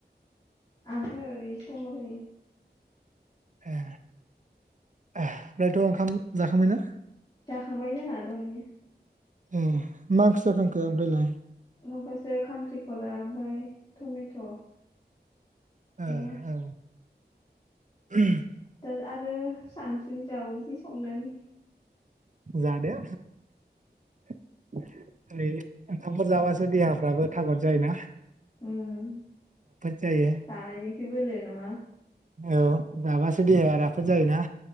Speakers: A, on the left; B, on the right.
A: आङो ओरैसो दंलाबायो।
B: ए ओमफ्रायथ' ओंखाम जाखांबाय ना।
A: जाखांबाय जोंहा दहायनो।
B: ए मा ओंख्रै जाखांखो ओमफ्रायलाय?
A: माबासो खांख्रिखला ओमफ्राय टमेट'। गैया
B: ओ औ। <unintelligible>
A: दा आरो सानसुनि जाबावनोसै संनानै।
B: जादो। <unintelligible> ओंखामफोर जाबासो देहाफ्राबो थागद जायो ना।
A: उम
B: जायो
A: जानाय जोंसो बोलो नामा?
B: औ जाबासो देहाया राफोद जायोना?